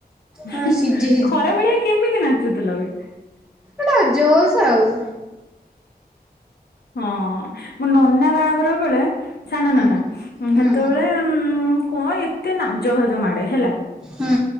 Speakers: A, in the centre; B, on the left.
A: ହଁ
B: ହୁଁ
A: ସିଝି
B: ଖରାବେଳିଆ କେମିତି ନାଚୁଥିଲ ବେ?
A: ଗୋଟା ଆଉ ଜୋସ୍ ଆଉ।
B: ହଁ ମୋ ନନା ବାହାଘର ବେଳେ ସାନ
A: ହୁଁ
B: ନନା।
A: ହୁଁ
B: ସେତେବେଳେ ଉମ୍ କଣ ଏତେ ନାଜ ଫାଜ ମାଡେ ହେଲା।
A: ହୁଁ